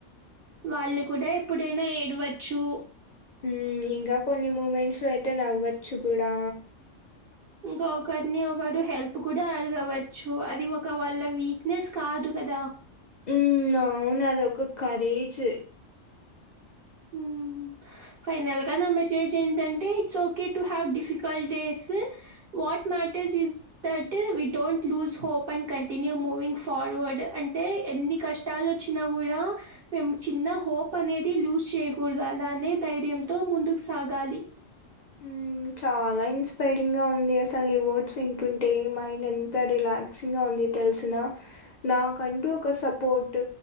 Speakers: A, on the right; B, on the left.
A: వాళ్ళు కూడా ఎప్పుడైనా ఏడవచ్చు
B: ఉమ్ ఇంగా కొన్ని మూమెంట్స్ లో అయితే నవ్వచ్చు కూడా
A: ఇంగా ఒకరిని ఒకరు హెల్ప్ కూడా అడగవచ్చు అది ఒక వాళ్ళ వీక్నెస్ కాదు కదా
B: ఉమ్ అవును అదొక కరేజ్
A: ఉమ్ ఫైనల్ గా నా మెసేజ్ ఏంటంటే it's okay to have difficult days what matters is that we don't lose hope and continue moving forward అంటే ఎన్ని కష్టాలోచ్చిన గుడా మేమ్ చిన్న హోప్ అనేది లూస్ చేయకూడదు అలానే ధైర్యంతో ముందుకు సాగాలి
B: హ్మ్. చాలా ఇన్స్పైరింగ్ గా ఉంది అసలు నీ వర్డ్స్ వింటుంటే మైండ్ ఎంత రిలాక్సింగ్ గా ఉంది తెల్సినా నాకంటూ ఒక సపోర్ట్